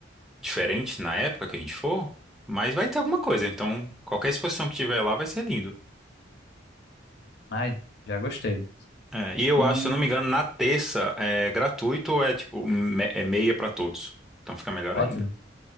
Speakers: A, in the centre; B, on the left (about 60°).
A: diferente na época que a gente for, mas vai ter alguma coisa. Então, qualquer exposição que tiver lá vai ser lindo.
B: Ai, já gostei.
A: É, e eu
B: Hum,
A: acho, se eu não me engano, na terça é gratuito ou é tipo me- é meia pra todos. Então fica melhor
B: ótimo.
A: ainda.